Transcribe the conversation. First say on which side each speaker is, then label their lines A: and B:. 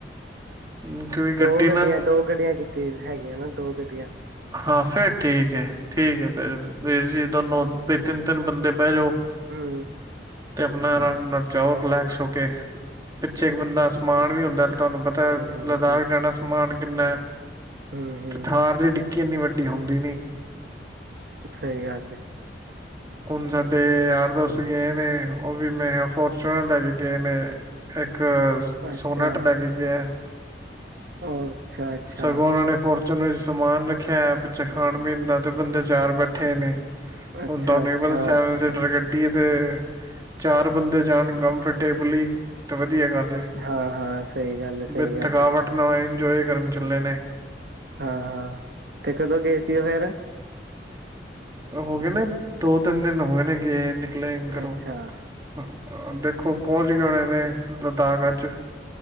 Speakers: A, on the right; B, on the right.
A: ਹਮ, ਕਿਉਂਕਿ
B: ਦੋ
A: ਗੱਡੀ
B: ਗੱਡੀਆਂ
A: ਨਾ
B: ਦੋ ਗੱਡੀਆਂ ਕੀਤੀਆਂ। ਹੈਗੇ ਨਾ ਦੋ ਦੀਆਂ
A: ਹਾਂ ਫੇਰ ਠੀਕ ਹੈ ਠੀਕ ਹੈ ਫਿਰ ਵੀਰ ਜੀ ਦੋਨੋ ਵੀ ਤਿੰਨ ਤਿੰਨ ਬੰਦੇ ਬਹਿ ਜਾਓ।
B: ਹਾਂ।
A: ਤੇ ਆਪਣਾ ਆਰਾਮ ਨਾਲ ਜਾਓ ਰਿਲੈਕਸ ਹੋ ਕੇ ਪਿੱਛੇ ਇੱਕ ਬੰਦਾ ਸਮਾਨ ਵੀ ਹੁੰਦਾ। ਤੁਹਾਨੂੰ ਪਤਾ
B: ਜੀ ਹਾਂਜੀ
A: ਲਦਾਖ ਜਾਣਾ ਸਮਾਨ ਕਿੰਨਾ?
B: ਹਮ ਹਮ
A: ਤੇ ਥਾਰ ਦੇ ਟਿੱ ਇਨੀ ਵੱਡੀ ਹੁੰਦੀ ਨੀ।
B: ਸਹੀ ਗੱਲ ਏ
A: ਹੁਣ ਸਾਡੇ ਯਾਰ ਦੋਸਤ ਗਏ ਨੇ ਉਹ ਵੀ ਮੈਂ ਫੋਚੂਨਰ ਲੈ ਕੇ ਗਏ ਨੇ ਇੱਕ ਇੱਕ
B: ਅੱਛਾ
A: ਸੋਨਟ ਲੈ ਕੇ ਗਿਆ।
B: ਉਹ ਅੱਛਾ ਅੱਛਾ
A: ਸਗੋਂ ਉਹਨਾਂ ਨੇ ਫੋਰ ਚਲੋ ਸਮਾਨ ਰੱਖਿਆ ਹੈ ਪਿੱਛੇ ਖਾਣ ਪੀਣ ਦਾ ਤੇ ਬੰਦੇ ਚਾਰ ਬੈਠੇ ਨੇ
B: ਅੱਛਾ।
A: ਦੋਸ
B: ਅੱਛਾ
A: ਸੈਵਨ ਸੀਟਰ ਗੱਡੀ <unintelligible> ਏ ਤੇ ਚਾਰ ਬੰਦੇ ਜਾਣ ਕੰਮਫਰਟੇਬਲੀ। ਤੇ ਵਧੀਆ ਗੱਲ ਏ
B: ਹਾਂ ਹਾਂ ਸਹੀ ਗੱਲ ਹੈ ਸਹੀ
A: ਬਸ
B: ਗੱਲ
A: ਥਕਾਵਟ ਨਾ ਹੋਏ। ਇੰਜੋਏ ਕਰਨ ਚਲੇ ਨੇ।
B: ਹਾਂ-ਹਾਂ ਤੇ ਕਦੋਂ ਗਏ ਸੀ ਉਹ ਫੇਰ।
A: ਹੋ ਗਏ ਨੇ। ਦੋ-ਤਿੰਨ ਦਿਨ ਹੋਏ ਨੇ ਗਏ ਨਿਕਲੇ ਘਰੋਂ।
B: ਅੱਛਾ
A: ਅ ਦੇਖੋ ਪਹੁੰਚ ਗਏ ਹੋਣੇ ਨੇ ਲਦਾਖ ਅੱਜ।